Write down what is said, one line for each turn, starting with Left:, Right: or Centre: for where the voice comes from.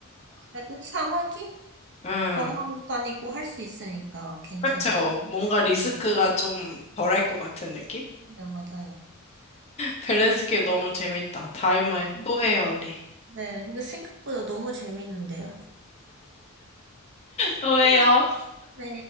Right: 그래도 사막이
Left: 음,
Right: 걸어다니고 할 수 있으니까 괜찮을
Left: 그쵸.
Right: 것
Left: 뭔가 리스크가
Right: 같아요.
Left: 좀 덜할 것 같은 느낌?
Right: 네, 맞아요.
Left: 밸런스 게임 너무 재밌다. 다음에
Right: 음,
Left: 또 해요, 우리.
Right: 네, 이거 생각보다 너무 재밌는데요.
Left: 또 해요.
Right: 음, 네.